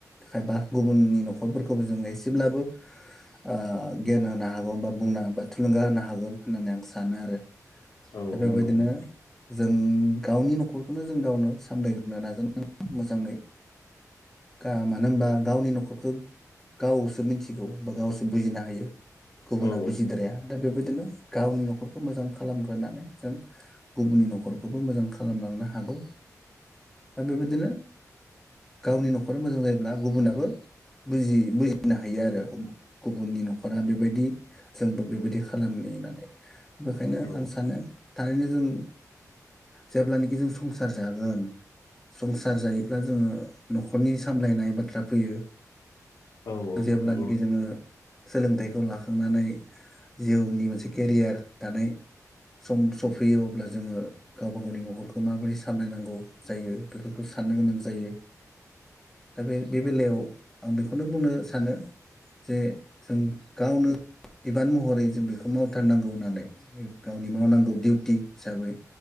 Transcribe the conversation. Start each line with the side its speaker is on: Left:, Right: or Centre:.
Centre: खायबा गुबुननि न'खरफोरखौबो जोङो एसे सेब्लाबो ओ गियान होनो हागौ बा बुंनो बा थुलुंगा होनो हागोन होननानै आं सानो आरो।
Left: औ
Centre: दा बेबायदिनो
Left: नंगौ नोंथां।
Centre: जों गावनि न'खरखौनो जों गावनो सामलायग्रोनो नाजानांगोन मोजाङै गा मानो होनबा गावनि न'खरखौ गावस सो मिनथिगौ बा गावसो बुजिनो हायो। गुबुना
Left: औ
Centre: बुजिद्राया दा बेबायदिनो गावनि न'खरखौ मोजां खालामग्रोनानै जों गुबुननि न'खरखौबो मोजां खालामलांनो हागौ दा बेबायदिनो गावनि न'खरा मोजां जायोब्ला गुबुनाबो बुजि बुजि नो हायो आरो गुबुननि न'खरा बेबायदि जोंबो बेबायदि खालामनि होननानै। बेखायनो
Left: औ
Centre: आं सानो थारैनो जों जेब्लानोखि जों संसार जागोन संसार जायोब्ला जोङो न'खरनि सामलायनाय बाथ्रा फैयो।
Left: औ
Centre: जेब्लानोखि
Left: नंगौ
Centre: जोङो सोलोंथाइखौ लाखांनानै जिउनि मोनसे केरियार दानाय सम सफैयो अब्ला जोङो गावबा गावनि न'खरखौ माबोरै सामलायनांगौ जायो बेफोरखौ साननो गोनां जायो दा बे बे बेलायाव आं बेखौनो बुंनो सा सानो जे जों गावनो बिबान महरै जों बेखौ मावथारनांगौ होननानै गावनि मावनांगौ दिउटि हिसाबै।